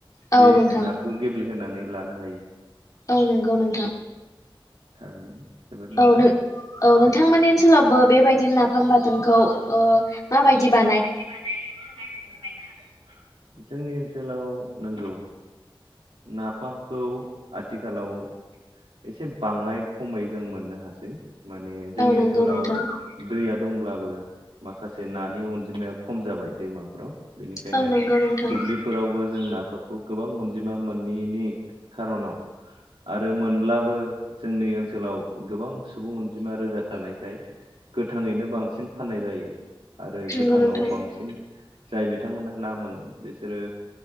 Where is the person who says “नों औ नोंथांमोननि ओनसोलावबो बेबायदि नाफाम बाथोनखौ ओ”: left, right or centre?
Left